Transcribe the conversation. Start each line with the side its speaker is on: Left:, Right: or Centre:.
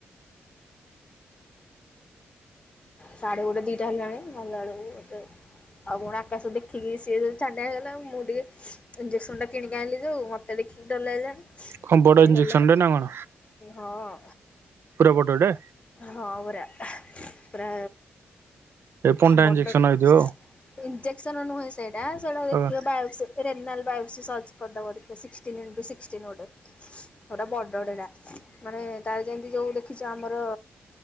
Left: ଶାଢ଼େ ଗୋଟେ ଦିଟା ହେଲାଣି ଗଲା ବେଳକୁ ମୋତେ ଆଉ କଣ ଆକାଶ ଦେଖିକି ସିଏ ଯେ ଛାନିଆ ହେଇଗଲା ମୁଁ ଟିକେ ଇଞେସନ ଟା କିଣିକି ଆଣିଲି ଯୋଉ ମୋତେ ଦେଖିକି ଡର ଲାଗିଲାଣି।
Right: କଣ ବଡ
Left: ପୁଣି
Right: ଇଞ୍ଜେକ୍ସନ
Left: ହେଲେ
Right: ଟେ ନା କଣ
Left: ହଁ ହଁ।
Right: ପୁରା ବଡଡେ?
Left: ହଁ ପରା ପୁରା
Right: ଏ ପଣ୍ଡା
Left: ବଡଟେ
Right: ଇଞ୍ଜେକ୍ସନ ହେଇଥିବ
Left: ଇଞ୍ଜେକ୍ସନ ନୁହେଁ ସେଇଟା ସେଇଟା ଦେଖ
Right: ଆଉ
Left: ବାୟସି ରେନାଲ ବାଓୟୋସି ସଚ୍ଚ କରିଦବ ଦେଖିବ ସିକ୍ସଟିନି ରୁ ସିକ୍ସଟିନି। ବଡଟେ ଯା ମାନେ ତାର ଯେମିତି ଯୋଉ ଦେଖିଛ ଆମର